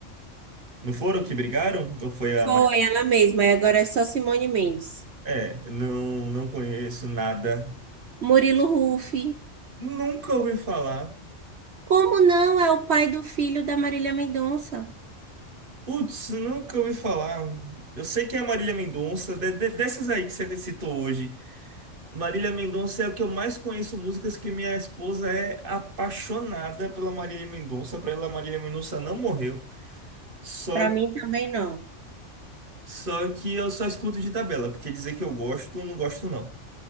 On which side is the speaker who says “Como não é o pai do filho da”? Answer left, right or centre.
Right